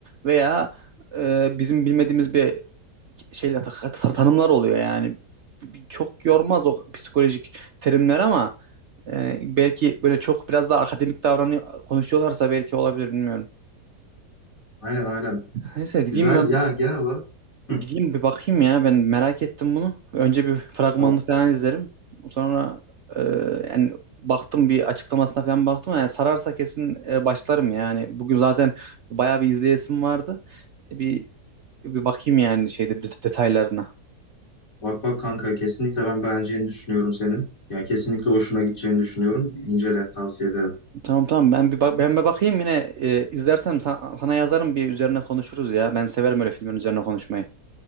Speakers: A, on the right; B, on the left.
A: veya e, bizim bilmediğimiz bir şeyler ta- ta- tanımlar oluyor yani. Bir- Çok yormaz o psikolojik terimler ama e, belki böyle çok biraz daha akademik davranıyor konuşuyorlarsa belki olabilir bilmiyorum.
B: Aynen aynen.
A: Neyse gideyim
B: Güzel
A: ben
B: ya genel olarak. Hı.
A: gideyim bir bakayım ya ben merak ettim bunu. Önce bir fragmanını
B: Aa,
A: falan izlerim. Sonra e, yani baktım bir açıklamasına falan baktım yani sararsa kesin e, başlarım yani. Bugün zaten bayağı bir izleyesim vardı. E, bir bir bakayım yani şeyde det- detaylarına.
B: Bak bak kanka kesinlikle ben beğeneceğini düşünüyorum senin. Ya kesinlikle hoşuna gideceğini düşünüyorum. İncele tavsiye ederim.
A: Tamam tamam ben bir bak ben bir bakayım yine e, izlersem sa- sana yazarım bir üzerine konuşuruz ya. Ben severim öyle filmin üzerine konuşmayı.